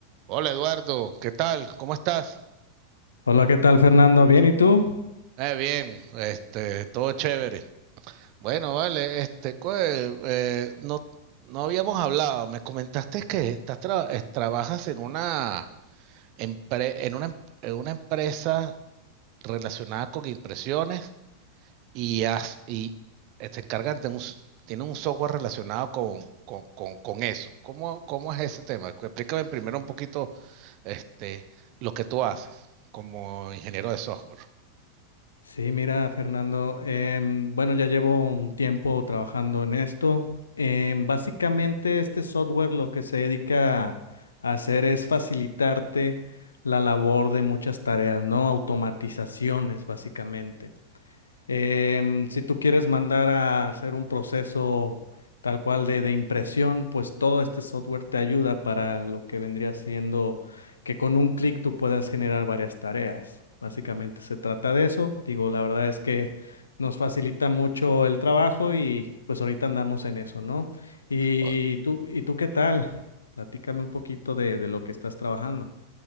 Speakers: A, on the right; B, on the left.
A: Hola Eduardo, ¿qué tal? ¿Cómo estás?
B: Hola, ¿qué tal, Fernando? ¿Bien? ¿Y tú?
A: Eh, bien, este, todo chévere. Bueno, vale, este, pues, eh, eh, no, no habíamos hablado. Me comentaste que estás tra- eh, trabajas en una, empre- en una, em- en una empresa relacionada con impresiones y, has- y eh, se encargan de un, s- tienen un software relacionado con, con, con, con eso. ¿Cómo, cómo es ese tema? Explícame primero un poquito, este, lo que tú haces como ingeniero de software.
B: Sí, mira, Fernando, em, bueno, ya llevo un tiempo trabajando en esto. Em, básicamente, este software lo que se dedica a hacer es facilitarte la labor de muchas tareas, ¿no? Automatizaciones, básicamente. Em, si tú quieres mandar a hacer un proceso tal cual de, de impresión, pues todo este software te ayuda para lo que vendría siendo que con un clic tú puedas generar varias tareas. Básicamente se trata de eso. Digo, la verdad es que nos facilita mucho el trabajo y pues ahorita andamos en eso, ¿no? ¿Y
A: O-
B: tú, y tú qué tal? Platícame un poquito de, de lo que estás trabajando.